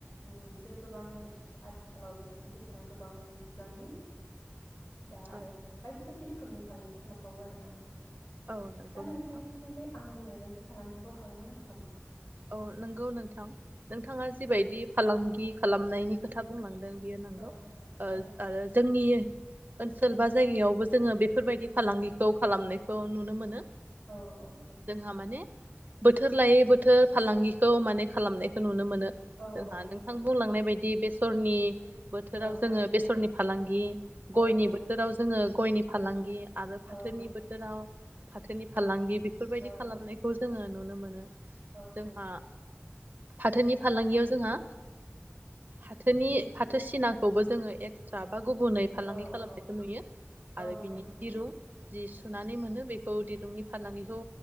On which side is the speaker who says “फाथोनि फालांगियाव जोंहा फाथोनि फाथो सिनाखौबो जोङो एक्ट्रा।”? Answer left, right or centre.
Right